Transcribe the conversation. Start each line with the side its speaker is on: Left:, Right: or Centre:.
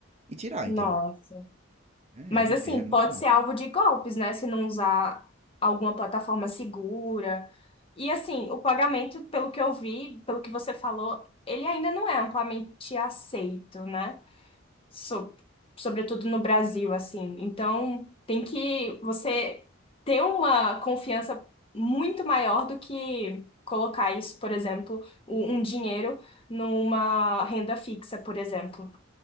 Right: e tirar,
Left: nossa.
Right: entendeu? É,
Left: Mas
Right: minha
Left: assim,
Right: filha, é muito
Left: pode
Right: bom.
Left: ser alvo de golpes, né? Se não usar alguma plataforma segura. E assim, o pagamento, pelo que eu vi, pelo que você falou, ele ainda não é amplamente aceito, né? So- sobretudo no Brasil, assim. Então, tem que você ter uma confiança muito maior do que colocar isso, por exemplo, o- um dinheiro numa renda fixa, por exemplo,